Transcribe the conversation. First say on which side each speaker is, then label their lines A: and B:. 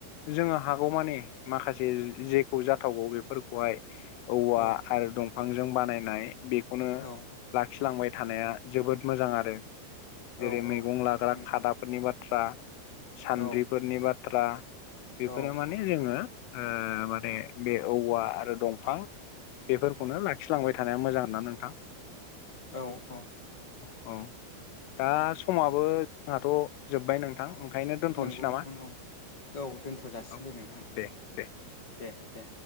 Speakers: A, on the left (about 80°); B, on the left (about 25°).
A: जोङो हागौमानि माखासे जेखौ जाथावबाव बे फोरखौहाय औवा
B: औ
A: आरो दंफांजों बानायनाय बेखौनो
B: औ
A: लाखिलांबाय थानाया जोबोद मोजां आरो जेरै
B: औ
A: मैगं
B: औ
A: लाग्रा
B: नंगौ
A: खादाफोरनि बाथ्रा सान्द्रिफोरनि
B: औ
A: बाथ्रा बेफोरो
B: औ
A: माने जोङो ओ माने बे औवा आरो दंफां बेफोरखौनो लाखिलांबाय थानाया मोजां आरो ना नोंथां
B: औ औ।
A: औ दा समाबो जोंहाथ' जोब्बाय नोंथां ओंखायनो दोनथ'नोसै
B: नंगौ
A: नामा
B: नोंथां औ औ दोनथ' जासिनो
A: औ
B: दे नोंथां।
A: दे दे
B: दे दे।